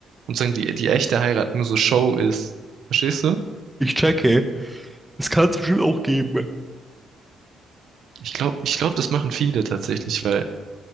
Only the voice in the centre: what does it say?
Ich checke. Es kann es bestimmt auch geben.